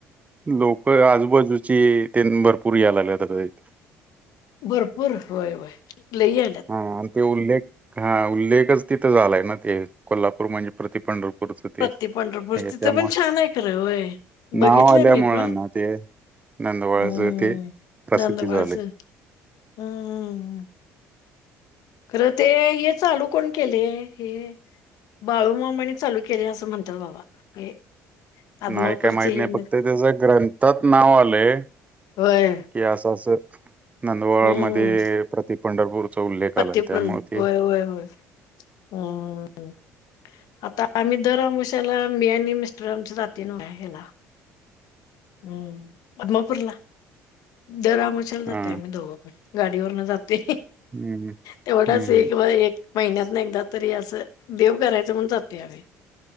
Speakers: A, on the right (about 20°); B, on the left (about 70°).
A: लोक आजूबाजूची तेन भरपूर याय लागल्यात आता तिथ
B: भरपूर होय होय लई याल्यात
A: हा आणि ते उल्लेख हा उल्लेखच तिथे झालाय ना ते कोल्हापूर म्हणजे प्रति पंढरपूर पुढच
B: प्रत्ये
A: ते
B: पंढरपूर
A: हे
B: तिथं
A: त्यामुळं
B: पण छान आहे खरं होय बघितलंय
A: नाव आल्यामुळे
B: मी पण
A: ना ते नंदवाळच
B: हम्म
A: तेे प्रसिद्ध
B: नंदबाळच
A: झाली.
B: हम्म हम्म.. खरं ते हे चालू कोण केलय हे बाळूमामानी चालू केले असं म्हणतात बाबा हे आदमापूरचे
A: नाही काय माहित
B: हे
A: नाही.. फक्त
B: न
A: त्याचं ग्रंथात नाव आलंय
B: होय..
A: कि असं असं नंदवळ
B: हम्म
A: मध्ये प्रति पंढरपूरचा उल्लेख
B: पत्तीपूर्ण
A: आलाय त्यामुळे ते
B: होय होय.. हम्म ह.. आता आम्ही दर आमवशाला मि आणि मिस्टर आमचे जातोय नव काय ह्याला हम्म आदमापूरला.. दर अमावशाला जातोय
A: हा
B: आम्ही दोघं पण गाडीवरन जाते.
A: हम्म
B: तेवढच
A: हम्म
B: आहे बा एक महिन्यात ना एकदा तरी अस, देव करायच म्हणून जातोय आम्ही.